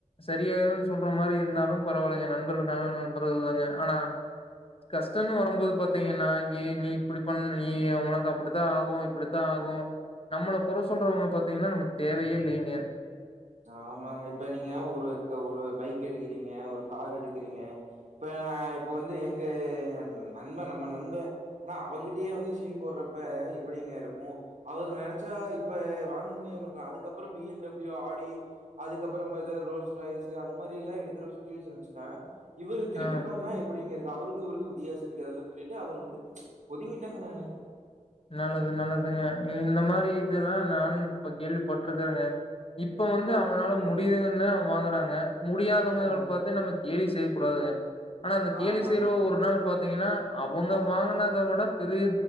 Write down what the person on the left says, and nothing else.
சரியாயிடும்னு சொல்ற மாரி இருந்தாலும் பரவாயில்லங்க நண்பர்கள்னாலே நண்பர்கள் தாங்க ஆனா கஷ்டோன்னு வரும்போது பாத்தீங்கன்னா ஏ நீ இப்படி பண்ண நீ உனக்கு அப்படித்தா ஆகும் இப்படித்தா ஆகும் நம்பள குறை சொல்றவங்க பாத்தீங்கன்னா நமக்கு தேவையே இல்லங்க
ஆ
நல்லது நல்லதுங்க இந்த மாரி இதெல்லா நானு இப்ப கேள்விப்பட்டு இருக்குறேங்க. இப்ப வந்து
அவனால
முடியுதுங்றதுனால அவே வாங்க சொல்றாங்க முடியாதவங்கள்
பாத்து நம்ம கேலி செய்ய கூடாதுங்க ஆனா அந்த கேலி
செய்றோ ஒரு நாள் பாத்தீங்கன்னா அவங்க வாங்குனத விட பெரிய